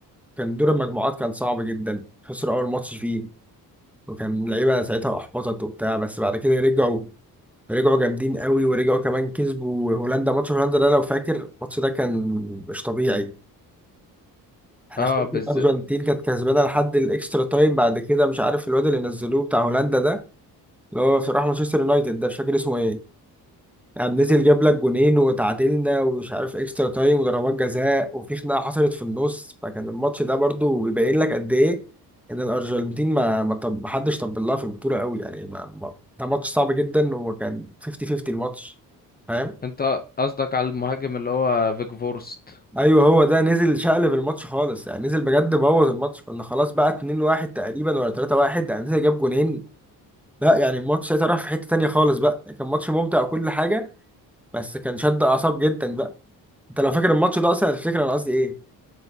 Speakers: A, in the centre; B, on the left.
A: كان دور المجموعات كان صعب جدا خسروا أول ماتش فيه وكان اللعيبه ساعتها احبطت وبتاع بس بعد كده رجعوا رجعوا جامدين قوي ورجعوا كمان كسبوا هولندا ماتش هولندا ده لو فاكر الماتش ده كان مش طبيعي احنا
B: اه
A: خدنا
B: بالذات
A: الارجنتين كانت كسبانه لحد الاكسترا تايم بعد كده مش عارف الواد اللي نزلوه بتاع هولندا ده اللي هو في راح مانشستر يونايتد ده مش فاكر اسمه ايه يعني نزل جاب لك جونين وتعادلنا ومش عارف اكسترا تايم وضربات جزاء وفي خناقه حصلت في النص فكان الماتش ده برضو يبين لك قد ايه ان الارجنتين ما ما طب ما حدش طبل لها في البطوله قوي يعني ما ما ده ماتش صعب جدا وكان 50 50 الماتش فاهم
B: انت قصدك على المهاجم اللي هو فيج فورست
A: ايوه هو ده نزل شقلب الماتش خالص يعني نزل بجد بوظ الماتش كنا خلاص بقى 2 1 تقريبا ولا 3 1 يعني نزل جاب جونين لا يعني الماتش ساعتها راح في حته تانيه خالص بقى كان ماتش ممتع وكل حاجه بس كان شد اعصاب جدا بقى انت لو فاكر الماتش ده اصلا هتفتكر انا قصدي ايه